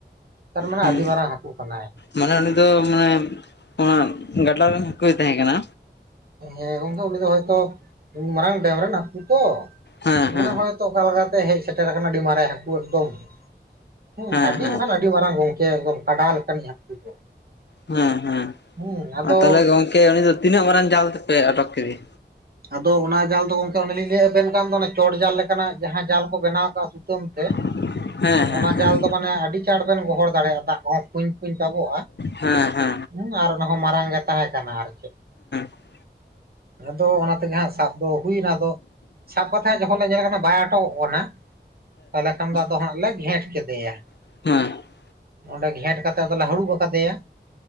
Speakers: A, on the right; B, on the left.
A: ᱛᱟᱨᱢᱟᱱᱮ
B: ᱦᱮᱸ
A: ᱟᱹᱰᱤ ᱢᱟᱨᱟᱝ ᱦᱟᱹᱠᱩ ᱠᱟᱱᱟᱭ᱾
B: ᱢᱟᱱᱮ ᱩᱱᱤ ᱫᱚ ᱢᱟᱱᱮ ᱚᱱᱟ ᱜᱟᱰᱞ ᱨᱮᱱ ᱦᱟᱹᱠᱩᱭ ᱛᱟᱦᱮᱸ ᱠᱟᱱᱟ᱾
A: ᱦᱮᱸ ᱜᱚᱝᱠᱮ ᱩᱱᱤ ᱫᱚ ᱦᱚᱭᱛᱚ ᱩᱱᱩᱱ ᱢᱟᱨᱟᱝ ᱰᱮᱢ ᱨᱮᱱ ᱦᱠᱩ ᱛᱚᱼᱼ
B: ᱦᱮᱸ ᱦᱮᱸ
A: ᱢᱟᱱᱮ ᱦᱚᱭᱛᱚ ᱚᱠᱟ ᱞᱮᱠᱟ ᱠᱟᱛᱮᱜ ᱦᱮᱡ ᱥᱮᱴᱮᱨ ᱟᱠᱟᱱᱟ ᱟᱹᱰᱤ ᱢᱟᱨᱮ ᱦᱟᱹᱠᱩ ᱮᱠᱫᱚᱢ᱾ ᱦᱩᱸ
B: ᱦᱮᱸ
A: ᱟᱹᱰᱤ
B: ᱦᱮᱸ
A: ᱵᱟᱠᱷᱟᱱ ᱟᱹᱰᱤ ᱢᱟᱨᱟᱝ ᱜᱚᱝᱠᱮ ᱮᱠᱫᱚᱢ ᱠᱟᱰᱟ ᱞᱮᱠᱟᱱᱤᱡ ᱦᱟᱹᱠᱩ ᱫᱚ᱾
B: ᱦᱮᱸ ᱦᱮᱸ᱾
A: ᱦᱩᱸ᱾ ᱟᱫᱚ
B: ᱟᱨ ᱛᱟᱦᱚᱞᱮ ᱜᱚᱝᱠᱮ ᱩᱱᱤ ᱫᱚ ᱛᱤᱱᱟᱹᱜ ᱢᱟᱨᱟᱝ ᱡᱟᱞ ᱛᱮᱯᱮ ᱟᱴᱚᱠ ᱠᱮᱫᱮᱭᱟ?
A: ᱟᱫᱚ ᱚᱱᱟ ᱡᱟᱞ ᱫᱚ ᱜᱚᱝᱠᱮ ᱚᱱᱮ ᱞᱤᱧ ᱞᱟᱹᱭᱟ ᱵᱮᱱ ᱠᱟᱱ ᱫᱚ ᱚᱱᱟ ᱪᱚᱴ ᱡᱟᱞ ᱞᱮᱠᱟᱱᱟᱜ ᱡᱟᱦᱟᱸ ᱡᱟᱞ ᱠᱚ ᱵᱮᱱᱟᱣ ᱠᱟᱜᱼᱟ ᱥᱩᱛᱟᱹᱢ ᱛᱮ,
B: <inaudible>
A: ᱦᱩᱸ ᱚᱱᱟ
B: ᱦᱮᱸ
A: ᱡᱟᱞ ᱫᱚ ᱢᱟᱱᱮ ᱟᱹᱰᱤ ᱪᱟᱬ ᱵᱮᱱ ᱜᱚᱦᱚᱲ ᱫᱟᱲᱮᱭᱟᱜᱼᱟ ᱫᱟᱜ ᱠᱚᱦᱚᱸ ᱠᱩᱧ ᱠᱩᱧ ᱛᱟᱵᱚᱜᱼᱟ᱾
B: ᱦᱮᱸ ᱦᱮᱸ ᱦᱮᱸ ᱦᱮᱸ ᱦᱮᱸ ᱦᱮᱸ
A: ᱦᱩᱸ ᱟᱨ ᱚᱱᱟ ᱦᱚᱸ ᱢᱟᱨᱟᱝ ᱜᱮ ᱛᱟᱦᱮᱸ ᱠᱟᱱᱟ ᱟᱨᱠᱤ,
B: ᱦᱮᱸ
A: ᱟᱫᱚ ᱚᱱᱟ ᱛᱮᱜᱮ ᱦᱟᱸᱜ ᱥᱟᱵ ᱫᱚ ᱦᱩᱭᱱᱟ ᱟᱫᱚ ᱥᱟᱵ ᱠᱟᱛᱮ ᱦᱟᱸᱜ ᱡᱚᱠᱷᱚᱱ ᱞᱮ ᱧᱮᱞᱮ ᱠᱟᱱᱟ ᱵᱟᱭ ᱟᱴᱚᱠᱚᱜ ᱠᱟᱱᱟ ᱛᱟᱦᱚᱞᱮ ᱠᱷᱟᱱ ᱫᱚ ᱟᱫᱚ
B: ᱦᱮᱸ ᱦᱮᱸ
A: ᱦᱟᱸᱜ ᱞᱮ ᱜᱷᱮᱸᱴ ᱠᱮᱫᱮᱭᱟ᱾
B: ᱦᱮᱸ ᱦᱮᱸ ᱦᱮᱸ
A: ᱚᱸᱰᱮ ᱜᱷᱮᱸᱴ ᱠᱟᱛᱮ ᱟᱫᱚ ᱞᱮ ᱦᱟᱹᱲᱩᱵ ᱟᱠᱟᱫᱮᱭᱟ᱾